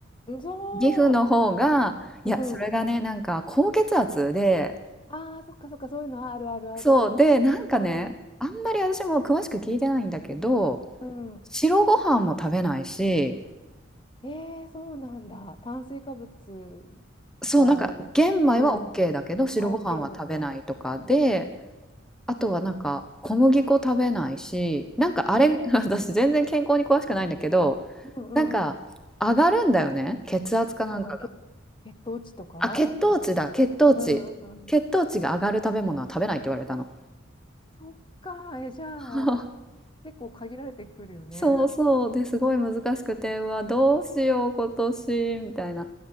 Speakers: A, on the left (about 25°); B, in the centre.
A: うんそ
B: 義父の方がいやそれがねなんか高血圧で
A: う。うん。ああ、そっかそっか、そういうのあるあるある。
B: そうでなんかねあんまり私も詳しく聞いてないんだけど
A: うん。うん。
B: 白ご飯も食べないし
A: ええ、そうなんだ。炭水化物
B: そう、
A: がもう、
B: なんか玄米は OK
A: うん。
B: だけど白ご飯は食べないとかで、
A: あ、OK なんだ。
B: あとはなんか小麦粉食べないし、なんかあれ
A: ええ、
B: <laughs>、私全然健康に詳しくないんだけど、
A: うんうん。
B: なんか上がるんだよね、血圧かなんかが。
A: あの、血、血糖値とか、
B: あ、血糖値だ、
A: なんか、う
B: 血糖値。
A: んうんうん。
B: 血糖値が上がる食べ物は食べないって言われたの。
A: そっか、え、じゃあ、
B: <laughs>
A: 結構限られてくるよね。
B: そうそうですごい難しくて、うわ、どうしよう今年みたいな。